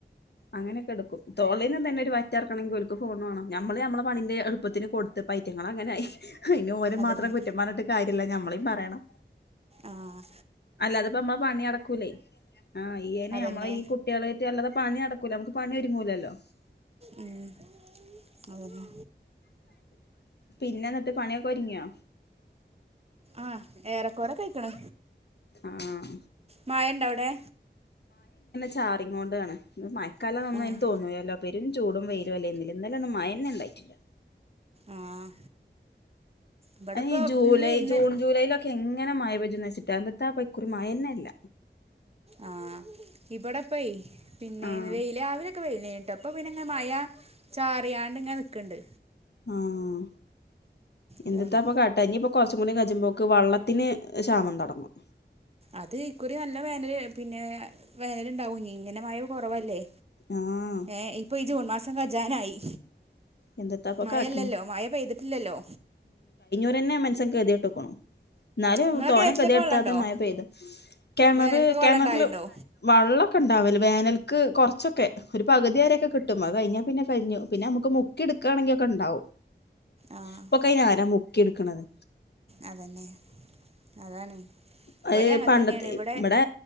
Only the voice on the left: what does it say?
അങ്ങനെയൊക്കെ എടുക്കും തോളൽ നിന്ന് തന്നെ ഒരു വറ്റ് ഇറക്കണമെങ്കിൽ ഫോൺ വേണം നമ്മള് നമ്മളെ പണിന്റെ എുപ്പത്തിന് കൊടുത്ത്- പൈറ്റങ്ങൾ അങ്ങനെയായി അയിന് ഓനെ
മാത്രം കുറ്റം പറയിട്ട് കാര്യമല്ല ഞമ്മളും പറയണം
അല്ലാതെ ഇപ്പ നമ്മ പണി നടക്കൂലേ ആ ഈനെ
നമ്മളെ ഈ കുട്ടികളെറ്റ അല്ലാതെ പണി നടക്ക- നമക്ക് പണി ഒരുങ്ങൂലല്ലോ
പിന്നെ എന്നിട്ട് പണിയൊക്കെ ഒരുങ്ങിയോ
ആഹ്
ചാറിങ്ങ കൊണ്ടാണ് ഇ മയക്കാല ഒന്നന്
തോന്നൂല്ലോ പരും ചൂടും വെരും അല്ലേല ഇന്നലെ ഒന്നും മയന്നെ ഉണ്ടായിട്
അ ജൂലൈ
ജൂൺ ജുലൈ ലെ ഇങ്ങനെ മഴ പജംന്ന് വെച്ചിട്ടാ അന്നത്തെ ആ പക്കുറി മഴ തന്നെയ അല്ല
ആഹ്
ആഹ എന്തിട്ടാപ്പൊ
കാട്ട ഇപ്പൊ കൊറച്ചും കൂടി കചുമ്പോക്ക് വള്ളത്തിന് ക്ഷാമം തടങ്ങും
ആഹ്
എന്ത്ത്താപ്പൊ
കാട്ട്ണ്
ന്നെ മസങ്കക്ക് കതിയായിട്ടോക്കണണം എന്നാലും
തോനെക്കതി
എടുത്താത്ത
മയ പെയ്ത് കെണര്
കെണറില്
വള്ളം ഒക്കെ ഒണ്ടാവല്. വേനൽക്ക് കൊറച്ചൊക്കെ ഒരു പകുതി വരൊക്കെ കിട്ടും അ കഴിഞ്ഞാൽ പിന്നെ കഴിഞ്ഞു പിന്നെ നമുക്ക് മു മുക്കി എടുക്കയാണെങ്കി ഒക്കെ ഉണ്ടാവും
ഇപ്പൊക്കെ അയിനാരാ മുക്കി എടുക്കണത്
ത്
പണ്ടത്തെ
ഇവിടെ